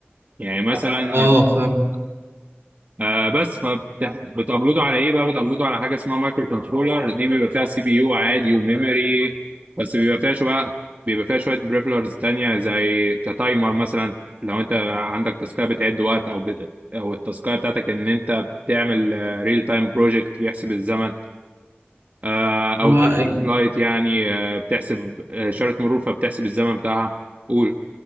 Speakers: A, on the right; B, on the right.
A: يعني مثلا
B: اه فاهم
A: آه بس فبتابلوده على ايه بقى بتابلوده على حاجه اسمها مايكرو كنترولر دي بيبقى فيها سي بي يو عادي وميموري بس بيبقى فيها شويه بيبقى فيها شويه بريفلرز تانية زي كتايمر مثلا لو انت عندك تاسكايه بتعد وقت او ب... او التاسكايه بتاعتك ان انت بتعمل ريل تايم بروجكت بيحسب الزمن آه او
B: هو
A: ترافيك
B: ال...
A: لايت يعني آه بتحسب آه، اشاره مرور فبتحسب الزمن بتاعها قول